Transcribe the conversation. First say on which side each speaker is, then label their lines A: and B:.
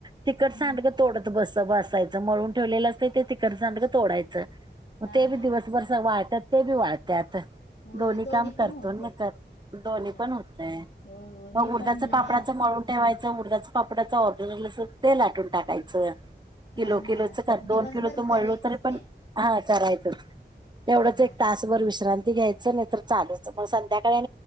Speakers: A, on the right; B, on the left.
A: तिकट
B: हम्म
A: सांडंग तोडत. बस बसायचं मळून ठेवलेलं असतय ते तिकट सांडग तोडायचं. म
B: हा
A: ते बी
B: हा
A: दिवसभर स वाळत्यात ते बी वाळत्यात.
B: होय
A: दोन्ही काम करतो
B: पण होते
A: म त्यात दोन्ही
B: हा हा
A: पण हुतय.
B: होय होय मी
A: मग उडदाचं
B: पण लहान
A: पापडाचं मळून ठेवायचं उडदा पापडाच ऑर्डर आल असल ते लाटून टाकायचं.
B: हा
A: किलो किलो
B: हा
A: च कर दोन
B: दिवसभर
A: किलो च
B: करायचंच
A: मळलो तरी पण
B: ते
A: हा. करायच तेवढंच
B: हा हा
A: एक तासभर विश्रांती घ्याय. हिच नाही तर चालूच मग संध्याकाळी